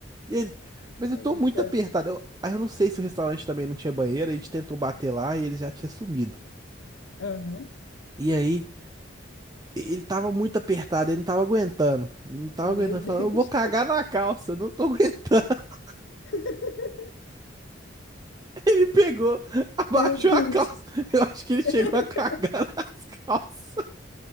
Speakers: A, on the right (about 20°); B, on the left (about 70°).
A: E ele, mas eu
B: Eita.
A: tô muito apertado. Eu, aí eu não sei se o restaurante também não tinha banheiro. A gente tentou bater lá e ele já tinha sumido.
B: Aham.
A: E aí. ele tava muito apertado, ele não tava aguentando. Ele não tava
B: Meu
A: aguentando. Falou,
B: Deus.
A: eu vou cagar na calça, eu não tô aguentando. <laughs>
B: <laughs>
A: Ele pegou, abaixou
B: Meu Deus.
A: a calça. Eu acho que ele chegou
B: <laughs>
A: a cagar <laughs> nas calças.